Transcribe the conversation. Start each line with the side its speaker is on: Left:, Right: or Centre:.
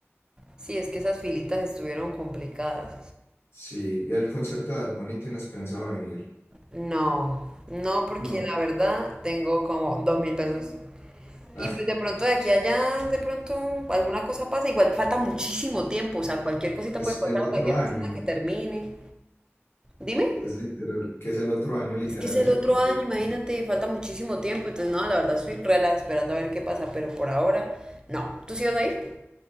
Right: sí, es que esas filitas estuvieron complicadas.
Left: sí, y al concierto de Bad Bunny tienes pensado venir,
Right: No, no, porque
Left: no,
Right: la verdad tengo como dos mil pesos
Left: <laughs>
Right: Y pues de pronto de aquí a allá, de pronto alguna cosa pasa. Igual falta muchísimo tiempo, o sea, cualquier cosita
Left: es
Right: puede pasar,
Left: el otro
Right: cualquier
Left: año,
Right: persona que termine. Dime.
Left: Es literal, que es el otro año literal
Right: Es que es el
Left: ese
Right: otro
Left: concierto.
Right: año, imagínate, falta muchísimo tiempo. Entonces, no, la verdad estoy rela esperando a ver qué pasa, pero por ahora, no. ¿Tú sí vas a ir?